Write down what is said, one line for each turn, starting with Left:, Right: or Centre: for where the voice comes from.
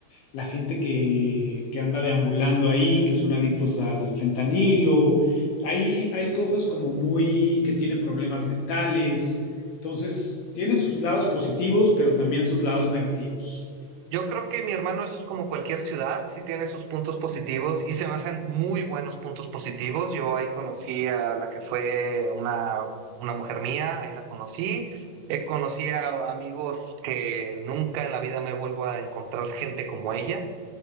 Left: la gente que, que anda deambulando ahí, que son adictos al fentanilo. Hay, hay cosas como muy que tienen problemas mentales. Entonces, tiene sus lados positivos, pero también sus lados negativos.
Right: Yo creo que mi hermano, eso es como cualquier ciudad, sí tiene sus puntos positivos y se me hacen muy buenos puntos positivos. Yo ahí conocí a la que fue una, una mujer mía, ahí la conocí. Eh, conocí a amigos que nunca en la vida me vuelvo a encontrar gente como ella,